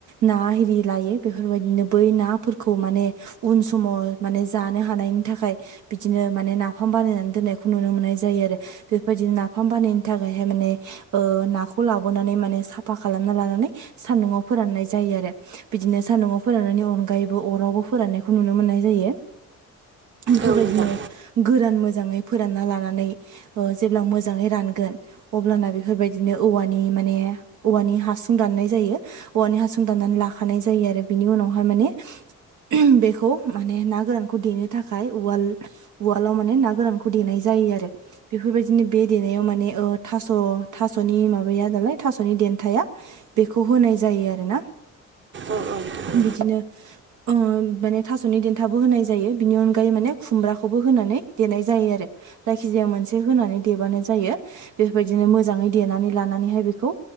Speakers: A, on the right; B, on the right.
A: ना आरि लायो। बेफोरबायदिनो बै नाफोरखौ माने उन समाव माने जानो हानायनि थाखाय बिदिनो माने नाफाम बानायनानै दोननायखौ नुनो मोननाय जायो आरो बेफोरबायदिनो नाफाम बानायनो थाखायहाय माने ओ नाखौ लाबोनानै माने साफा खालामना लानानै। सान्दुंआव फोराननाय जायो आरो बिदिनो, सान्दुंआव फोराननायनि अनगायैबो अरावबो फोराननायखौ नुनो मोननाय जायो। बेफोरबायदिनो
B: औ नोंथां
A: गोरान मोजाङै फोरानना लानानै ओ जेब्ला मोजाङै रानगोन अब्लाना बेफोरबायदिनो औवानि माने, औवानि हासुं दाननाय जायो औवानि हासुं दाननानै लाखानाय जायो आरो बिनि उनावहाय माने, ओम बेखौ माने ना गोरानखौ देनो थाखाय उवाल उवालाव माने ना गोरानखौ देनाय जायो आरो बेफोरबायदिनो बे देनायाव माने ओ थास' थास'नि माबाया दालाय थास'नि देन्थाया। बेखौ होनाय जायो आरो ना।
B: औ औ नोंथां
A: बिदिनो। ओ माने थास'नि देन्थाबो होनाय जायो। बिनि अनगायै माने खुमब्राखौबो होनानै देनाय जायो आरो जायखिजाया मोनसे होनानै देबानो जायो। बेफोरबायदिनो मोजाङै देनानै लानानैहाय बेखौ,